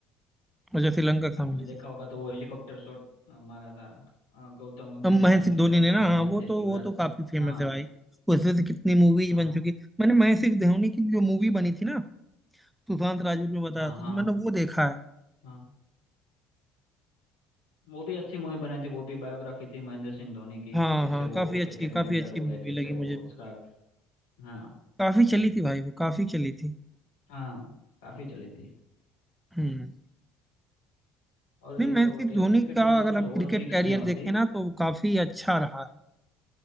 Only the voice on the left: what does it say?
आपने देखा
होगा तो वो हेलीकॉप्टर शॉट मारा था अ, गौतम गंभीर
ने
97
रन
बनाए
थे
युवराज
सिंह
हाँ
हाँ
हाँ
हाँ
हाँ वो भी अच्छी मूवी बनाई थी वो भी बायोग्राफी थी महेंद्र सिंह धोनी की
कैसे
वो
क्रिकेट
में enter
हुए
कैसे
वो
उसका हाँ
हाँ काफी चली थी
और
देखो
टेस्ट
क्रिकेट
में ऐसी
कुछ
और
फिक्स
नहीं होती